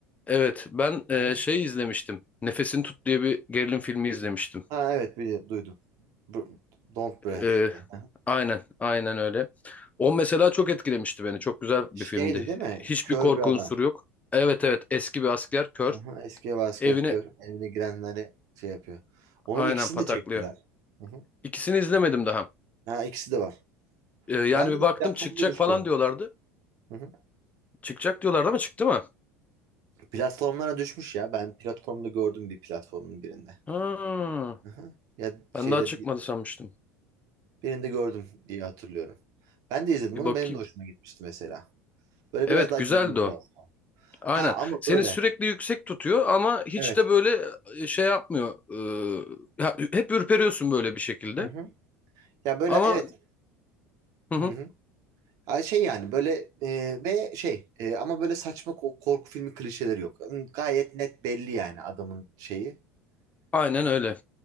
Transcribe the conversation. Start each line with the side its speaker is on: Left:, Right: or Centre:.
Left: Evet ben e,
Right: Aha.
Left: şey izlemiştim. Nefesini Tut diye bir gerilim filmi izlemiştim.
Right: Ha, evet bili duydum. Br- Don't Breathe
Left: E,
Right: diye.
Left: aynen aynen öyle. O mesela çok etkilemişti beni. Çok güzel bir
Right: Şeydi
Left: filmdi.
Right: değil mi?
Left: Hiçbir
Right: Kör
Left: korku
Right: bir adam.
Left: unsuru yok. Evet evet eski bir asker kör.
Right: Aha, eski ev asker
Left: Evini
Right: kör. Evine girenleri şey yapıyor. Onun
Left: aynen
Right: ikisini
Left: pataklıyor.
Right: de çektiler. Hı hı.
Left: İkisini izlemedim daha.
Right: Ha, ikisi de var.
Left: Ee, yani
Right: Ben
Left: bir
Right: de
Left: baktım
Right: platformda
Left: çıkacak
Right: düştü
Left: falan
Right: onun.
Left: diyorlardı.
Right: Hı hı.
Left: Çıkacak diyorlardı ama çıktı mı?
Right: Platformlara düşmüş ya. Ben platformda gördüm bir platformun birinde.
Left: Ha,
Right: Hı hı. Ya şeyde
Left: ben daha çıkmadı sanmıştım.
Right: birinde gördüm diye hatırlıyorum. Ben de izledim
Left: Bir
Right: onu.
Left: bakayım.
Right: Benim de hoşuma gitmişti mesela. Böyle
Left: Evet
Right: biraz daha
Left: güzeldi
Right: gerilim tarzı.
Left: o. Aynen.
Right: Ha ama
Left: Seni
Right: böyle.
Left: sürekli yüksek tutuyor ama hiç
Right: Evet.
Left: de böyle e, şey yapmıyor. Ee, ya, hep ürperiyorsun böyle bir şekilde.
Right: Hı hı. Ya böyle
Left: Ama
Right: evet.
Left: hı hı,
Right: Hı hı. Ay Şey yani böyle e, ve şey e, ama böyle saçma ko- korku filmi klişeleri yok. Gayet net belli yani adamın şeyi
Left: aynen
Right: e,
Left: öyle.